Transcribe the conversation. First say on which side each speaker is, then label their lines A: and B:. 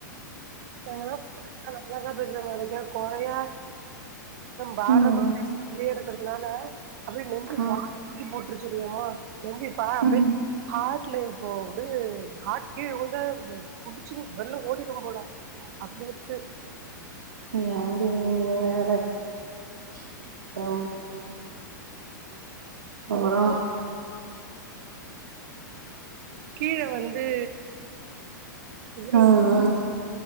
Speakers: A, on the right; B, on the right.
A: எங்கப் அதப்டிதா நா பேசுறா மாரி கேப்போ கொறயா பாரமா
B: ம்
A: பேசினே இருக்குறதுனால அப்டியே நெஞ்சு
B: ம்
A: வாரி வாரி போட்டுருச்சுடி எம்மா நெஞ்சுப்பா அப்டியே
B: ம்
A: ஹாட்ல இப்போ அப்டே ஹாட் கீழ உழுந்த புடிச்சுன் வெள்ல ஓடிடு போல அப்டி இருக்கு
B: ஏன்டி நீ வேற ப்பா நீ வா
A: இப்போ கீழ வந்து இவரு
B: ம்